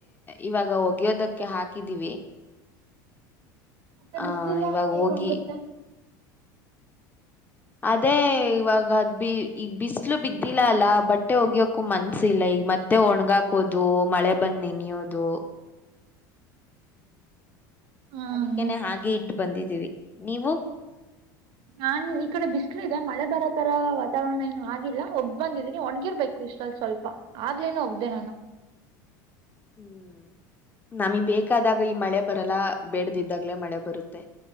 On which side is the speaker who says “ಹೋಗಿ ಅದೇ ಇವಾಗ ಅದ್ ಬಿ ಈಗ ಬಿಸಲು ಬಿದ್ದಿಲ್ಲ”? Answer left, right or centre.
Left